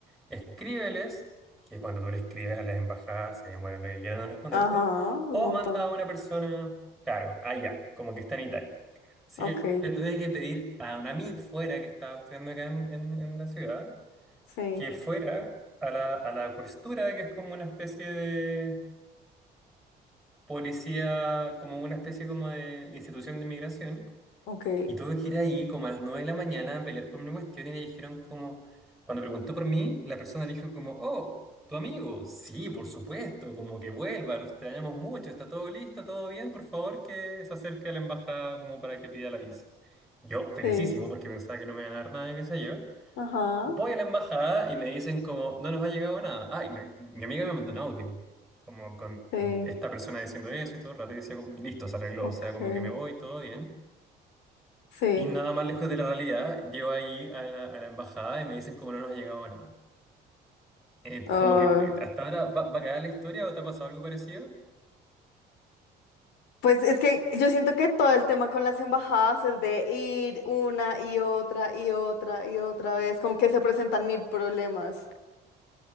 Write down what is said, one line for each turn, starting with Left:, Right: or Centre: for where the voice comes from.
Centre: escríbeles, que cuando tú le escribes a las embajadas, se demoran lo que quieran en responderte,
Left: Ajá, un
Centre: o
Left: montón.
Centre: manda a una persona, claro, allá, como que está en Italia. Así
Left: Ok,
Centre: que le tuve que pedir a un amigo fuera que estaba estudiando acá en, en- en la ciudad,
Left: sí,
Centre: que fuera a la, a la questura, que es como una especie policía como una especie como de institución de inmigración
Left: ok.
Centre: y tuve que ir ahí como a las 9 de la mañana a pelear por mi cuestión y le dijeron como, cuando preguntó por mí, la persona le dijo como, oh, tu amigo, sí, por supuesto, como que vuelva, lo extrañamos mucho, está todo listo, todo bien, por favor que se acerque a la embajada como para que pida la visa. Yo, felicísimo,
Left: Sí,
Centre: porque pensaba que no me iban a dar nada, qué sé yo.
Left: ajá,
Centre: Voy a la embajada y me dicen como, no nos ha llegado nada. Ah, y mi, mi amiga me mandó un audio, como con
Left: sí,
Centre: esta persona diciendo eso y todo el rato, y decía como, listo, se arregló,
Left: ok,
Centre: o sea, como que me voy, todo bien.
Left: sí.
Centre: Y nada más lejos de la realidad, llego ahí a la, a la embajada y me dicen como no nos ha llegado nada. Eh,
Left: Ah,
Centre: como que eh, hasta ahora va, va a quedar la historia o te ha pasado algo parecido.
Left: pues es que yo siento que todo el tema con las embajadas es de ir una y otra y otra y otra vez, como que se presentan mil problemas.